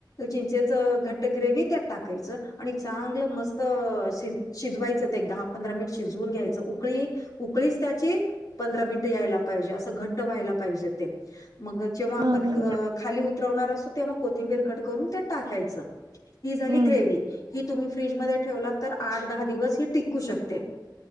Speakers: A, on the left; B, on the right.
A: चिंचेच घट्ट ग्रेव त्यात टाकायचं आणि चांगलं मस्त शि शिजवायचं ते दहा पंधरा मिनिट शिजवून घ्यायचं उकळी उकळीच त्याची पंधरा मिनिट यायला पाहिजे असं घट्ट व्हायला पाहिजे ते मग जेव्हा आपण
B: हम्म हम्म
A: खाली उतरवणार असतो तेव कोथिंबीर कट करून त्यात टाकायचं ही झाली
B: हम्म
A: ग्रेव ही तुम्ही फ्रीजमध्ये ठेवला तर आठ दहा दिवस ही टिकू शकते